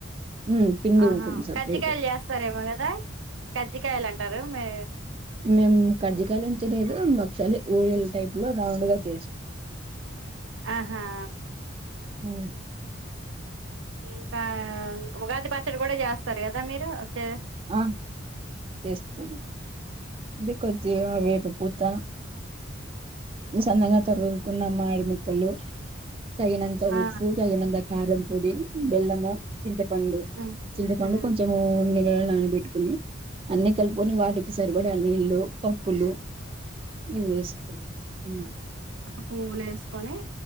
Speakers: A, on the right; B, on the right.
A: ఉమ్ పిండి
B: ఆహా
A: ఉంటుంది సపరేట్
B: కజ్జికాయల్ చేస్తారేమో కదా కజ్జికాయల్ అంటారు. మే
A: మేం కజ్జికాయలేం చేలేదు భక్షాలే ఓయల్ టైప్లో రౌండ్గ చేస్
B: ఆహా
A: మ్
B: ఇంకా ఉగాది పచ్చడి గుడా చేస్తారు కదా మీరు వచ్చే
A: ఆ చేస్తను. ఇది కొద్దిగా వేపపూత ఉ సన్నగా తరుగుకున్న మామిడి ముక్కలు తగినంత
B: ఆ
A: ఉప్పు, తగినంత కారం పొడి, బెల్లము చింతపండు
B: ఉమ్
A: చింతపండు
B: ఉమ్
A: కొంచెం ఓన్లీ నానబెట్టుకుని అన్నీ కలుపుకొని వాటికి సరిపడి నీళ్లు పప్పులు ఇగో వేస్కో ఆ
B: పువ్వుల్ ఏస్కొని